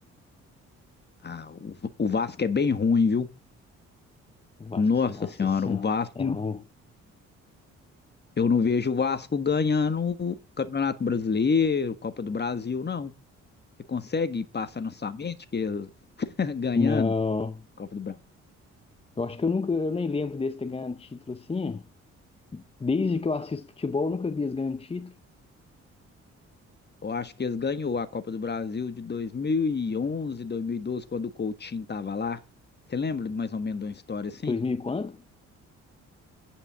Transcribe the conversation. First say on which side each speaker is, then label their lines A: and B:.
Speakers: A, on the left (about 35°); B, on the left (about 20°).
A: Ah, o, o Vasco é bem ruim, viu?
B: o Vasco,
A: Nossa
B: nossa
A: Senhora,
B: senhora,
A: o Vasco,
B: é ruim.
A: eu não vejo o Vasco ganhando o Campeonato Brasileiro, Copa do Brasil, não. Você consegue passar na sua mente que eles <laughs> ganhando
B: Não.
A: Copa do Brasil?
B: Eu acho que eu nunca, eu nem lembro deles ter ganhado título assim. é. Desde que eu assisto futebol, eu nunca vi eles ganhando título.
A: Eu acho que eles ganhou a Copa do Brasil de 2011, 2012, quando o Coutinho tava lá. Você lembra mais ou menos de uma história assim?
B: 2000 e quanto?